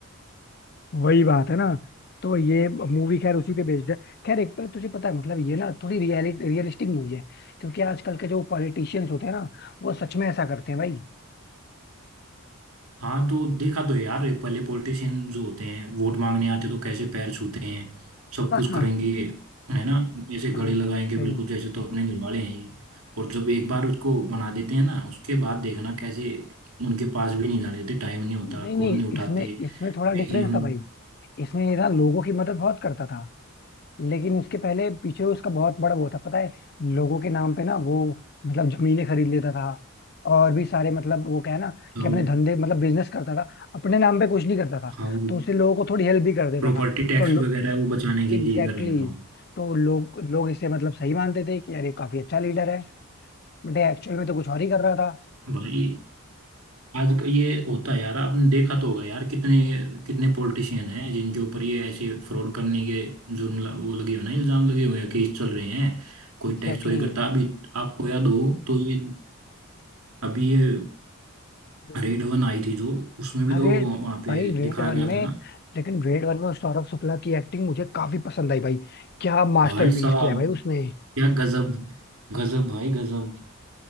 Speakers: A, on the left; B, on the right.
A: वही बात है ना तो ये मूवी खैर उसी पे बेस्ड है खैर एक पर तुझे पता है मतलब ये ना थोड़ी रियलिटी रियलिस्टिक मूवी है क्योंकि आजकल के जो पॉलिटिशियंस होते हैं ना वो सच में ऐसा करते हैं भाई
B: हाँ तो देखा तो है यार पहले पॉलिटिशियन जो होते हैं वोट मांगने आते तो कैसे पैर छूते हैं सब
A: हाँ
B: कुछ
A: हाँ,
B: करेंगे है ना जैसे गले
A: हाँ,
B: लगाएंगे
A: सही
B: बिल्कुल जैसे तो अपने घर वाले हैं ही और जब एक बार उसको बना देते हैं ना उसके बाद देखना कैसे उनके पास भी नहीं जाने देते टाइम नहीं होता
A: नहीं
B: कॉल
A: नहीं
B: नहीं उठाते
A: इसमें इसमें थोड़ा
B: बिजी
A: डिफरेंस
B: हूँ
A: था भाई इसमें ये ना लोगों की मदद बहुत करता था लेकिन उसके पहले पीछे उसका बहुत बड़ा वो था पता है लोगों के नाम पे ना वो मतलब जमीनें खरीद लेता था और भी सारे मतलब वो क्या है ना
B: तो
A: कि अपने धंधे मतलब बिजनेस करता था अपने नाम पे कुछ नहीं करता था
B: हाँ वो
A: तो उससे लोगों को थोड़ी हेल्प भी कर देता
B: प्रॉपर्टी
A: था
B: टैक्स
A: तो
B: वगैरह वो बचाने के
A: एग्जैक्टली
B: लिए कर रहे
A: exactly,
B: था
A: तो लोग लोग इसे मतलब सही मानते थे कि अरे काफी अच्छा लीडर है बट एक्चुअल में तो कुछ और ही कर रहा था
B: भाई आज ये होता है यार आपने देखा तो होगा यार कितने कितने पॉलिटिशियन हैं जिनके ऊपर ये ऐसे फ्रॉड करने के जुर्म ल- वो लगे हुए ना इल्जाम लगे हुए हैं केस चल रहे हैं कोई
A: Exactly
B: टैक्स चोरी
A: exactly.
B: करता अभी आपको याद हो तो ये अभी ये
A: हम्म।
B: रेड वन आई थी जो उसमें भी
A: अरे
B: तो वहां पे
A: भाई रेड
B: दिखाया
A: वन
B: गया
A: में
B: था ना
A: लेकिन रेड वन में उस सौरभ शुक्ला की एक्टिंग मुझे काफी पसंद आई भाई क्या मास्टरपीस
B: भाई साहब
A: किया है भाई उसने
B: क्या गजब गजब भाई गजब